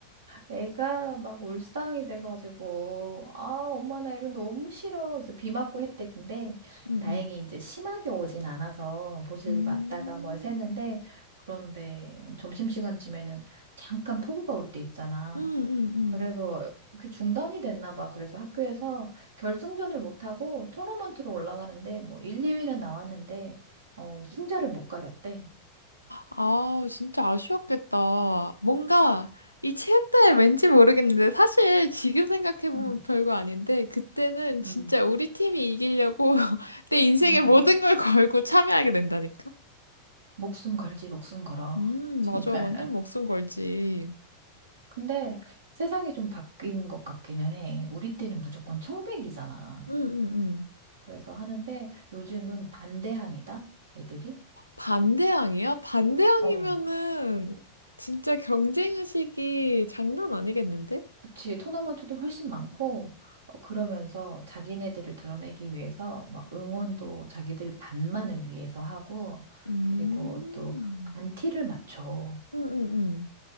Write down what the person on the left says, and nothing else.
응,
응.
음,
응, 응, 응.
아, 진짜 아쉬웠겠다. 뭔가 이 체육대회 왠지 모르겠는데 사실 지금 생각해보면
별거 아닌데 그때는 진짜
우리 팀이 이기려고 <laughs> 내 인생의
모든 걸 걸고 참여하게 된다니까.
음,
맞아. 완전 목숨 걸지.
응응 응. <gasps>
반대항이야? 반대항이면은
진짜 경쟁의식이 장난 아니겠는데?
음.
음,
음, 음,